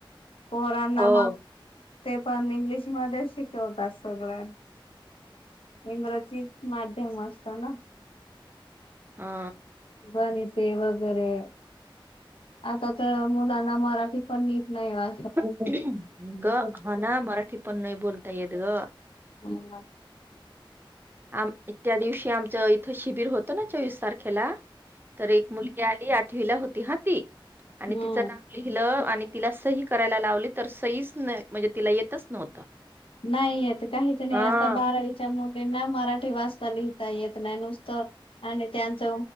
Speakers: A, on the left (about 75°); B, on the right (about 25°).
A: पोरांना
B: हो
A: मग ते पण इंग्लिश मध्येचं शिकवतात सगळं इंग्रज ची माध्यम असता ना.
B: हा.
A: बनेल तेव्हा वगैरे आता तर, मुलांना मराठी पण नीट नाही वा
B: <unintelligible> गं होना मराठी पण नाही बोलता येत गं.
A: हा हा.
B: आम -त्या दिवशी आमचं इथं शिबिर होतं ना, चोवीस तारखेला तर एक मुलगी आली आठवीला होती, हा ती आणि
A: हम्म
B: तिचं नाव लिहिलं आणि तिला सही करायला लावली तर, सहीच नाही म्हणजे तिला येतच नव्हतं.
A: नाही येत काहीच नाही,
B: हा
A: आता बारावीच्या मुलींना मराठी वा चता लिहिता येत नाही, नुसतं आणि त्यांच